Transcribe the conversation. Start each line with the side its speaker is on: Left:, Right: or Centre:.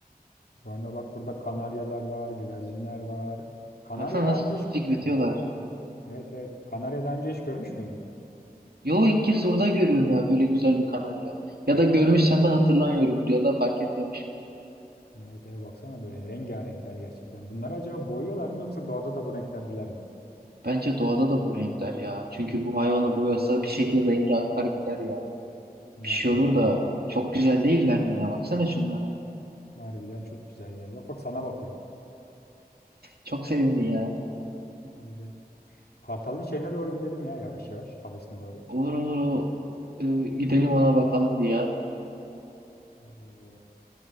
Left: Sonra bak burada kanaryalar var, güvercinler var. Kanarya
Right: Baksana
Left: daha
Right: nasıl
Left: önce
Right: cik
Left: hiç görmüş
Right: cik ötüyorlar.
Left: müydün ya? Evet evet. Kanarya daha önce hiç görmüş müydün?
Right: Yo ilk kez orada görüyorum ya böyle güzel bir kanarya. Ya da görmüşsem de hatırlamıyorumdur ya da fark etmemişimdir.
Left: Evet evet baksana böyle rengarenkler gerçekten. Bunları acaba boyuyorlar mı yoksa doğada da bu renklerdiler mi?
Right: Bence doğada da bu renkler ya. Çünkü bu hayvanı boyasa bir şekilde rengi akar gider ya. Bir
Left: Evet
Right: şey
Left: evet.
Right: olur da çok güzel değiller mi ya? Baksana şunlara.
Left: Harbiden çok güzeller. Bak bak sana bakıyor.
Right: Çok sevimli ya.
Left: Böyle Kartalın şeyine doğru gidelim ya yavaş yavaş kafesine doğru.
Right: Olur olur o. Ee, gidelim ona bakalım bir ya.
Left: Oo.